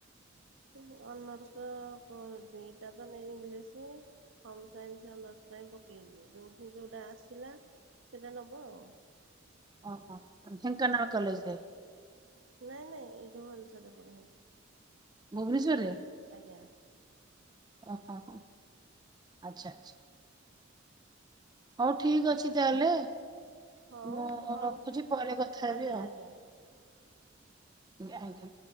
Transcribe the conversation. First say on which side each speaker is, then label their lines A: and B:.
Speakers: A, on the right (about 75°); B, on the right (about 20°).
A: କୋଉ ଅନର୍ସ କଣ ଦିଟା ତ ନେଇ ଇଂଲିଶ ହୋମ ସାଇନ୍ସ ଅନର୍ସ ପାଇଁ ପକେଇଛି ଯୋଉଠି ଯୋଉଟା ଆସିଲା ସେଇଟା ନବ ଆଉ।
B: ଓହୋ ଢେଙ୍କାନାଳ କଲେଜରେ?
A: ନାଇଁ ନାଇଁ ଏଇଠି ଭୁବନେଶ୍ୱରରେ ପଢିବ।
B: ଭୁବନେଶ୍ଵରରେ?
A: ଆଜ୍ଞା।
B: ଓ ହୋ ହୋ ଆଚ୍ଛା ଆଚ୍ଛା। ହଉ ଠିକ ଅଛି ତାହେଲେ।
A: ହଉ
B: ମୁଁ
A: ହଉ
B: ରଖୁଛି ପରେ କଥା ହେବି
A: ଆଜ୍ଞା
B: ଆଉ।
A: ଆଜ୍ଞା
B: ଆଜ୍ଞା ଆଜ୍ଞା।